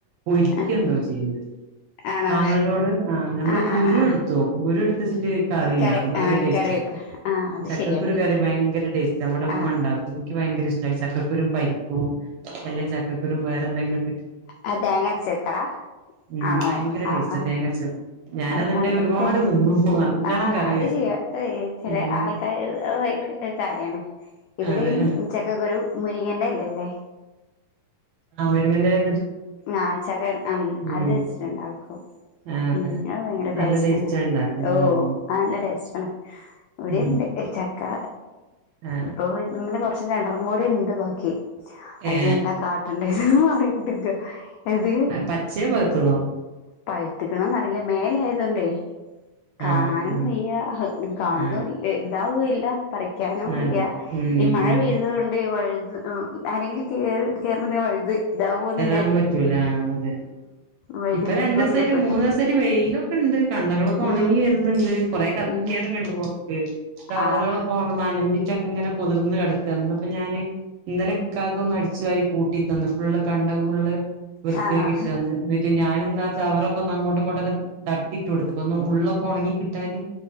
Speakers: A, on the right; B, on the left.
A: പൊരിക്കെന്തോ
B: അ
A: ചെയ്ത്
B: ആണോ
A: ആങ്ങളന്റോള് ആഹ് ഞമ്മള്
B: ആ
A: കുരുട്ത്തുനോക്കും
B: ആ ആ
A: കുരുട് റ്റെ കറിണ്ടാക്കും
B: കറി
A: നല്ല
B: ആ
A: ടേസ്റ്റ
B: കറി വെക്കും ആ അത്
A: ചക്കക്കുരു
B: ശരിയാണ്
A: കറി ഭയങ്കര ടേസ്റ്റ വടെ മ്മണ്ടാക്കും
B: ആ
A: ഇൻക്ക് ഭയങ്കര ഇഷ്ട ചക്കുരും പരിപ്പും എല്ലെ ചക്ക രും വേറെന്തെങ്കിലും ന്ന പിൻ
B: ആഹ് തേങ്ങര്ച്ചക്കറാ
A: ഉം
B: ആണോ
A: ഭയങ്കര
B: ആഹ്
A: ടേസ്റ്റാ
B: ആഹ്
A: തേങ്ങ അരച്ച് വെക്കും ഞാനതിന്റെ
B: അത്പണ്ടത്തെ
A: ഒരുപാട് തിന്നും നല്ലോണം
B: ആ
A: കറി
B: അത്
A: വെച്ചിട്ട്
B: ചെയ്യാ അത് ചില
A: ഉം
B: ആൾക്കാർ അത് ഭയങ്കര കാര്യാണ് ഇവിടെയും
A: അതെ
B: മ് ചക്കക്കുരു മുരിങ്ങേന്റെ എല അല്ലേ
A: ആ മുരിങ്ങെന്റയില
B: ആ ചക്ക
A: ഉം
B: അത് വെച്ചിട്ടുണ്ടാക്കും
A: ആ അതെ
B: ഉം അത് ഭയങ്കര
A: നല്ല
B: ടേസ്റ്റ്ണ്
A: ടേസ്റ്റാ ഉണ്ടാക്കുമ്പോ
B: ഓ
A: ഉം
B: അത് നല്ല ടേസ്റ്റ് ആണ് ഇവിടെയും
A: ഉം
B: ഇണ്ട് ചക്ക
A: ആ
B: ഇപ്പൊ- പിന്നെ കൊറച് കാര്യങ്ങള് ർന്നൂടി ണ്ട് ബാക്കി അതിന്യെന്താ
A: ഏ
B: കാട്ടണ്ടിയെ ന്നറി ക്ക എത്
A: പച്ചയോ പഴുത്തതോ
B: പഴുത്ത്ക്ക്ണോന്നറില മേലായതോണ്ടേ കാണാനും
A: ആ ആ
B: വെയ്യ കാണ്
A: ആ
B: ണുല് ഇതാവുല്ല പറിക്കാനും വെയ്യ
A: അതെ ഉം
B: ഈ മഴ
A: ഉം
B: പെയ്തത് കൊണ്ട് ഈ വഴു അ അ അല്ലെങ്കിലും കേറ് കേറ വഴു ഇ
A: അാൻ പറ്റൂല അതെ
B: വഴുതി
A: ഇപ്പൊ
B: വീഴ്ക്കോന്ന്
A: രണ്ട ദിവസംമായി്
B: പേടി
A: മൂന്ന്ു ദിവസംട്ട വെയിലും ഉണ്ട് കണ്ടകളൊക്കെ
B: ഉം
A: ഉണങ്ങി വരുന്നുണ്ട് കൊറെേ കത്തിക്കാനൊക്കെ
B: ഉം
A: ഉണ്ട് പുർക്ക് ടവറുകളൊക്കെ
B: ആണോ
A: നാനഞ് അങ്ങനെ പുതിർന്ന് കട അന്നപ്പോ ഞാന് ഇന്നലെക്കക ഒന്ന് അടിച്ചു വരി കൂട്ടി തന്നു ഫുള്ള് കണ്ട ഫുള് വൃത്തിയാക്ക
B: ആണോ
A: കിട്ടന്ന് ഞാനൻ എാ വച്ചാ അവർൊക്കെ ഒന്ന് അങ്ങോട്ട ഇങ്ങോട്ടൊക്കെ തട്ടിട്ട കൊടുക്ക ഒന്ന് ഉള്ളൊക്കെ ഉണങ്ങി കിട്ടാാന്